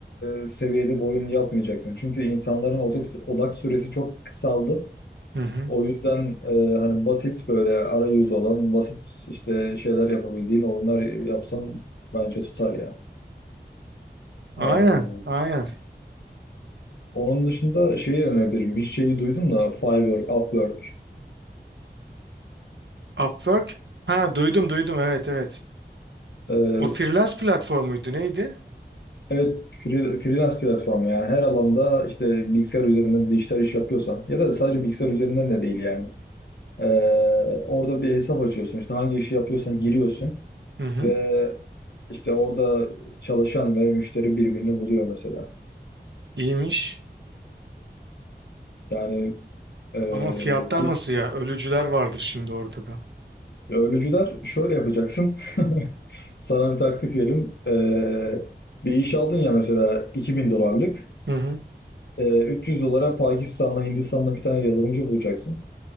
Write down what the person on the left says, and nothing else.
e, seviyede bir oyun yapmayacaksın. Çünkü insanların odak, odak süresi çok kısaldı.
O yüzden e, hani basit böyle arayüz olan basit işte şeyler yapabildiğin oyunlar yapsan bence tutar ya.
Ee,
Onun dışında şeyi önerebilirim. Bir şeyi duydum da Fiverr, Upwork.
Ee,
evet free- freelance platformu yani her alanda işte bilgisayar üzerinden dijital iş yapıyorsan ya da sadece bilgisayar üzerinden de değil yani. Ee, orada bir hesap açıyorsun işte hangi işi yapıyorsan giriyorsun
ve işte orada çalışan ve müşteri birbirini buluyor mesela.
Yani e,
hi-
ölücüler şöyle yapacaksın. <laughs> Sana bir taktik vereyim. Ee, bir iş aldın ya mesela 2000 dolarlık.
Ee, 300 dolara Pakistan'la Hindistan'la bir tane yazılımcı bulacaksın.